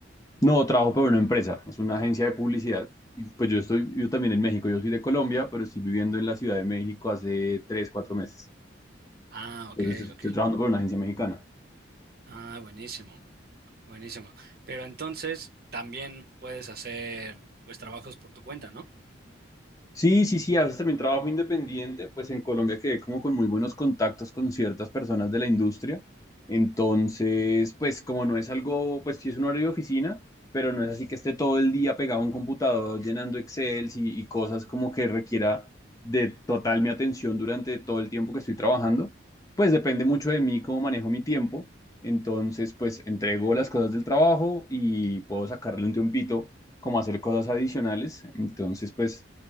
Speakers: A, on the left; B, on the right.
A: No, trabajo para una empresa, es una agencia de publicidad. Y pues yo estoy, yo también en México, yo soy de Colombia, pero estoy viviendo en la Ciudad de México hace tres, cuatro meses.
B: Ah, ok,
A: Entonces estoy
B: ok.
A: trabajando para una agencia mexicana.
B: Ah, buenísimo. Buenísimo. Pero entonces también puedes hacer pues trabajos por tu cuenta, ¿no?
A: Sí, sí, sí, a veces también trabajo independiente, pues en Colombia quedé como con muy buenos contactos con ciertas personas de la industria. Entonces, pues como no es algo, pues sí es un horario de oficina, pero no es así que esté todo el día pegado a un computador llenando Excel y, y cosas como que requiera de total mi atención durante todo el tiempo que estoy trabajando. Pues depende mucho de mí cómo manejo mi tiempo. Entonces, pues entrego las cosas del trabajo y puedo sacarle un tiempito como hacer cosas adicionales. Entonces, pues...